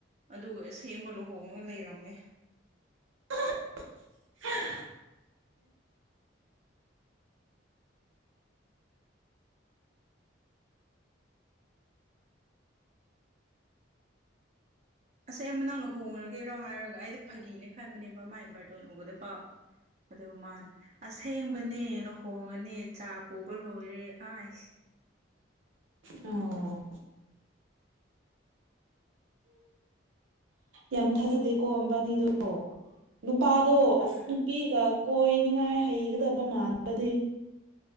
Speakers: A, on the right; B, on the right.
A: ꯑꯗꯨꯒ ꯑꯁꯦꯡꯕ ꯂꯨꯍꯣꯡꯉꯒ ꯂꯩꯔꯝꯃꯦ
B: <unintelligible>
A: ꯑꯁꯦꯡꯕ ꯅꯪ ꯂꯨꯍꯣꯡꯉꯒꯦꯔꯣ ꯍꯥꯏꯔꯒ ꯑꯩꯗꯤ ꯐꯥꯒꯤꯅꯦ ꯈꯟꯕꯅꯦꯕ ꯃꯥꯥꯏ ꯕꯥꯔꯇꯣꯟ ꯎꯕꯗ ꯐꯥꯎ ꯑꯗꯨꯒ ꯃꯥꯅ ꯑꯁꯦꯡꯕꯅꯦ ꯂꯨꯍꯣꯡꯉꯅꯤ ꯆꯥ ꯄꯨꯕ ꯂꯣꯏꯔꯦ ꯑꯥꯢꯁ
B: ꯑꯣ ꯌꯥꯝ ꯊꯥꯖꯗꯦꯀꯣ ꯃꯕꯥꯅꯤꯗꯣ ꯅꯨꯄꯥꯗꯣ
A: ꯎꯝ
B: ꯑꯁ ꯅꯨꯄꯤꯒ ꯀꯣꯏꯅꯤꯡꯉꯥꯏ ꯍꯩꯒꯗꯕ ꯃꯥꯟꯕꯗꯤ